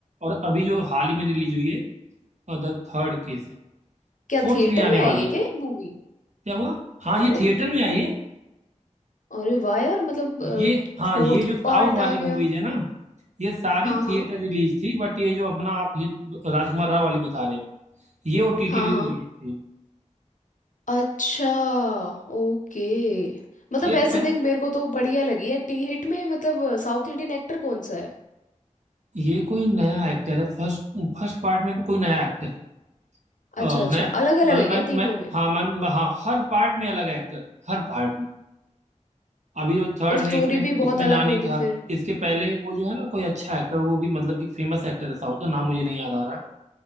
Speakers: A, on the right (about 65°); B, on the left (about 80°).
A: और अभी जो हाल ही में रिलीज हुई है और द थर्ड केस है
B: क्या
A: फोर्थ
B: थिएटर
A: भी आने
B: में
A: वाली
B: आई है
A: है
B: क्या ये मूवी
A: क्या हुआ हाँ ये
B: अरे
A: थिएटर में आई है
B: अरे वाह यार मतलब
A: ये हाँ
B: फोर्थ
A: ये जो साउथ
B: पार्ट
A: वाली
B: आ
A: मूवीज
B: गया
A: है ना ये सारी
B: हाँ हाँ
A: थिएटर रिलीज थी बट ये जो अपना आप हिट राजकुमार राव वाली बता रहे हो ये ओटीटी
B: हाँ
A: रिलीज
B: हाँ
A: थी
B: अच्छा ओके मतलब
A: ये
B: वैसे
A: पह,
B: देख मेरे को तो बढ़िया लगी एक्टिंग हिट में मतलब साउथ इंडियन एक्टर कौन सा है
A: ये कोई नया एक्टर है फर्स्ट फर्स्ट पार्ट में तो कोई नया एक्टर है अ,
B: अच्छा अच्छा
A: नया
B: अलग
A: मतलब
B: अलग है
A: मैं
B: क्या तीनों
A: मैं
B: में
A: हाँ मैं मैं- हाँ हर पार्ट में अलग एक्टर है हर पार्ट में अभी जो थर्ड
B: और स्टोरी
A: है इसमें
B: भी
A: इसमें
B: बहुत अलग
A: नानी
B: होगी
A: था
B: फिर
A: इसके पहले वो जो है ना कोई अच्छा एक्टर वो भी मतलब कि फेमस एक्टर है साउथ का नाम मुझे नहीं याद आ रहा है।